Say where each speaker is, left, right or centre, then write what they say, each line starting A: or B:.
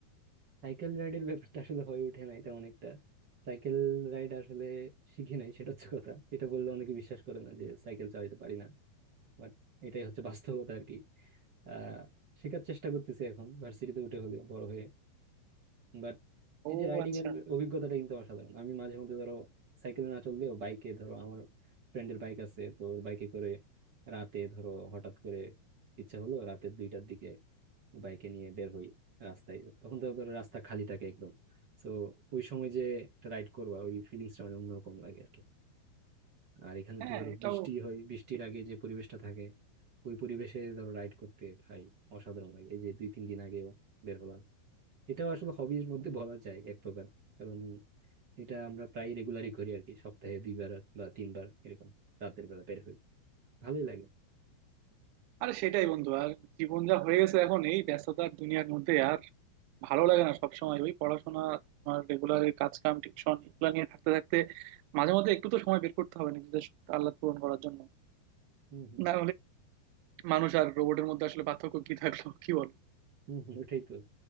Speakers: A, on the right; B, on the right.
A: সাইকেল রাইডের ব্যাপারটা আসলে হয়ে ওঠে নাই তেমন একটা সাইকেল রাইড আসলে শিখি নাই সেটা হচ্ছে কথা এটা বললে অনেকে বিশ্বাস করে না যে সাইকেল চালাতে পারি না বাট এটাই হচ্ছে বাস্তবতা আর কি আহ শেখার চেষ্টা করতেছি এখন ভার্সিটিতে উঠে হলেও বড় হয়ে বাট এই
B: ও
A: যে রাইডিং
B: আচ্ছা
A: এর অভিজ্ঞতাটা কিন্তু অসাধারণ আমি মাঝে মধ্যে ধরো সাইকেলে না চললেও বাইকে ধরো আমার ফ্রেন্ডের বাইক আছে তো ওর বাইকে করে রাতে ধরো হঠাৎ করে ইচ্ছা হলো রাতের দুইটার দিকে বাইকে নিয়ে বের হই রাস্তায় তখন তো ধরো রাস্তা খালি থাকে একদম তো ওই সময় যে একটা রাইড করবা ওই ফিলিংসটা মানে অন্যরকম লাগে আর কি আর এখানে
B: হ্যাঁ
A: তো ধরো
B: এটাও
A: বৃষ্টি হয় বৃষ্টির
B: ঠিক।
A: আগে যে পরিবেশটা থাকে ওই পরিবেশে ধরো রাইড করতে ভাই অসাধারণ লাগে এই যে দুই তিন দিন আগেও বের হলাম এটাও আসলে হবির মধ্যে বলা যায় এক প্রকার কারণ এটা আমরা প্রায় রেগুলারই করি আর কি সপ্তাহে দুইবার বা তিনবার এরকম রাতের বেলা বের হই ভালোই লাগে
B: আরে সেটাই বন্ধু আর জীবন যা হয়ে গেছে এখন এই ব্যস্ততার দুনিয়ার মধ্যে আর ভালো লাগে না সবসময় ওই পড়াশোনা তোমার রেগুলার কাজ কাম টিউশন এগুলো নিয়ে থাকতে থাকতে মাঝে মধ্যে একটু তো সময় বের করতে হবে নিজেদের আল্লাহ পূরণ করার জন্য
A: হম হম
B: না মানুষ আর রোবটের মধ্যে আসলে পার্থক্য কি থাকলো কি বল
A: হম হম ওটাই তো